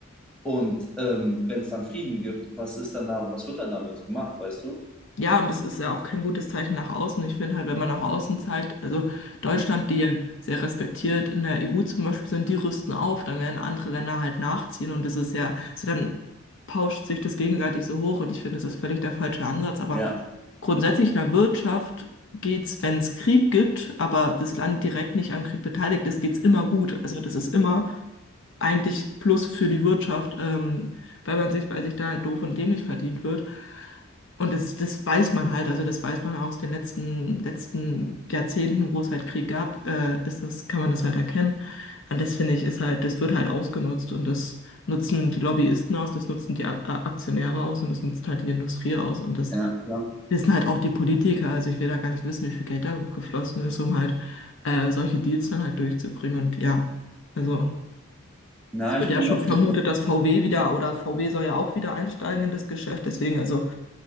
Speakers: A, in the centre; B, on the left.
A: und ähm, wenn es dann Frieden gibt, was ist dann da, was wird dann damit gemacht, weißt du?
B: Ja, und das ist ja auch kein gutes Zeichen nach außen. Ich finde halt, wenn man nach außen zeigt, also Deutschland, die ja sehr respektiert in der EU zum Beispiel sind, die rüsten auf, dann werden andere Länder halt nachziehen und das ist ja, so dann pauscht sich das gegenseitig so hoch und ich finde, das ist völlig der falsche Ansatz. Aber
A: Ja.
B: grundsätzlich in der Wirtschaft geht's, wenn es Krieg gibt, aber das Land direkt nicht am Krieg beteiligt ist, geht's immer gut. Also das ist immer eigentlich Plus für die Wirtschaft, ähm, weil man sich, weil sich da doof und dämlich verdient wird. Und das, das weiß man halt, also das weiß man aus den letzten, letzten Jahrzehnten, wo es halt Krieg gab, äh, ist das, kann man das halt erkennen. Und das finde ich, ist halt, das wird halt ausgenutzt und das nutzen die Lobbyisten aus, das nutzen die A A- Aktionäre aus und das nutzt halt die Industrie aus und das
A: Ja, klar.
B: wissen halt auch die Politiker. Also ich will da gar nicht wissen, wie viel Geld da geflossen ist, um halt äh, solche Deals dann halt durchzubringen. Und ja, also.
A: Na,
B: Es wird
A: ich
B: ja
A: bin
B: schon
A: auf
B: vermutet,
A: jeden Fall.
B: dass VW wieder oder VW soll ja auch wieder einsteigen in das Geschäft. Deswegen, also